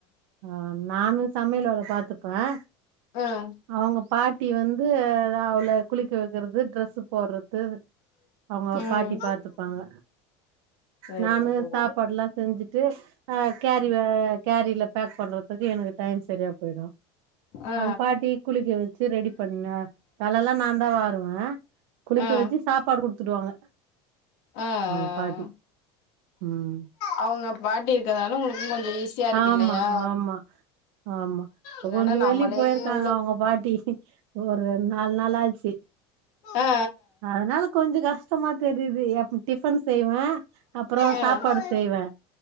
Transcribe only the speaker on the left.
ம்
ம்
சரிங்க
தோழி
ஆ
ஆ
ஆ ஆ
அவங்க பாட்டி இருக்கிறதுனால உங்களுக்கு கொஞ்சோ ஈஸியா இருக்கு
இல்லையா
இல்லன்னா
நம்மளே
உங்கள
ஆ
ஆ ம்